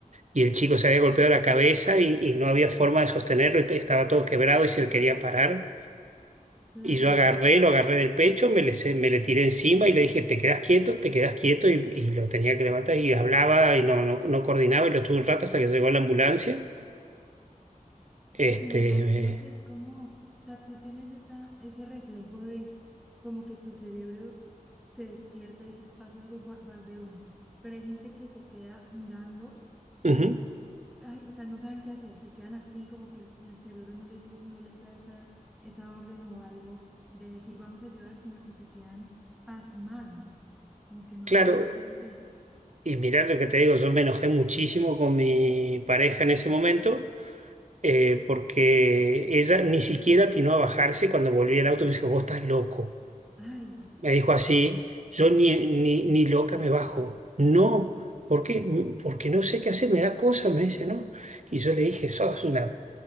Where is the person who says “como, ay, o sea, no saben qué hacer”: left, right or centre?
Centre